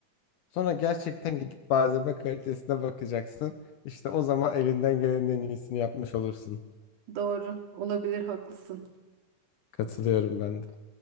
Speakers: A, on the left; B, on the right.
A: Sonra gerçekten gidip malzeme kalitesine bakacaksın. İşte o zaman elinden gelenin en iyisini yapmış olursun.
B: Doğru. Olabilir, haklısın.
A: Katılıyorum ben de.